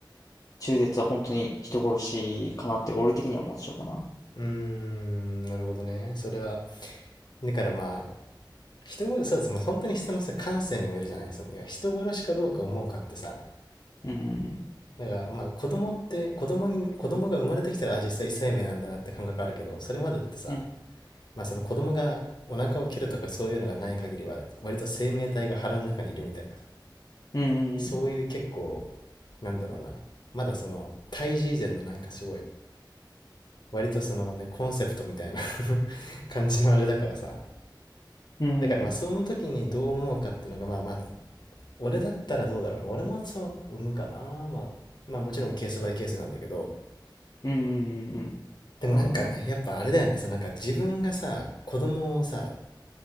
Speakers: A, on the left; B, on the left.
A: 中絶は本当に人殺しかなって俺的には思っちゃうかな。
B: うーん、なるほどね。それは、だからまあ、人殺し、そうです。まあ、本当に人のさ、感性にもよるじゃない。その、いや、人殺しかどうか思うかってさ、
A: うん。
B: だからまあ子供って子供に子供が生まれてきたらあ実際生命なんだなって感覚あるけどそれまでってさ
A: うん。
B: まあその子供がお腹を切るとかそういうのがない限りは割と生命体が腹の中にいるみたいなさ
A: うん
B: そういう結構なんだろうなまだその胎児以前のなんかすごい割とそのねコンセプトみたいな <laughs> 感じのあれだからさ
A: うんうん
B: だからまあその時にどう思うかっていうのがまあまあ俺だったらどうだろうな俺もそう産むかなまあまあもちろんケースバイケースなんだけど
A: うんうんうん
B: でもなんかやっぱあれだよねそのなんか自分がさ子供をさ
A: そうだね